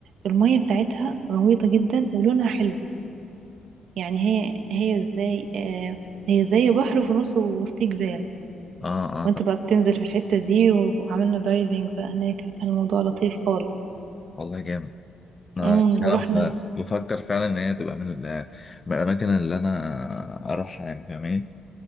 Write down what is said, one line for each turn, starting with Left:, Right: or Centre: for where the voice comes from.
Right: المية بتاعتها غويطة جدا ولونها حلو يعني هي هي زي آه، هي زي بحر وفي نصه وسط جبال
Left: اه اه
Right: وانت
Left: طب
Right: بقى بتنزل في الحتة دي وعملنا دايفنج بقى هناك كان الموضوع لطيف خالص
Left: والله جامد انا
Right: امم
Left: فعلا
Right: ورحنا
Left: ب- بفكر فعلا ان هي تبقى من ال- من الاماكن اللي انا اروحها يعني فاهماني؟